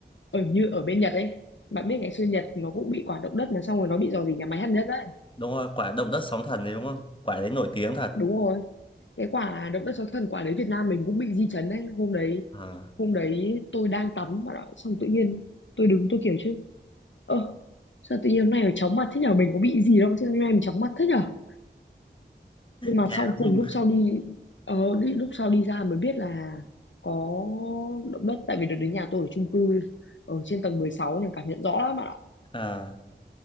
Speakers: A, on the left; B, on the left.
A: ở như ở bên Nhật ấy bạn biết ngày xưa Nhật nó cũng bị quả động đất mà xong rồi nó bị rò rỉ nhà máy hạt nhân đấy
B: đúng rồi quả động đất sóng thần đấy đúng không quả đấy nổi tiếng thật
A: đúng rồi cái quả động đất sóng thần quả đấy Việt Nam mình cũng bị di chấn đấy hôm đấy
B: Ờ,
A: hôm đấy tôi đang tắm bạn ạ xong tự nhiên tôi đứng tôi kiểu chứ Ơ, sao tự nhiên hôm nay phải chóng mặt thế nhở? Mình có bị gì đâu, chứ hôm nay mình chóng mặt thế nhở? Nhưng mà
B: áo
A: sau cùng
B: dung
A: lúc sau đi, ờ, đi lúc sau đi ra mới biết là có động đất. Tại vì đợt đến nhà tôi ở chung cư ở trên tầng 16 nên cảm nhận rõ lắm bạn ạ.
B: à,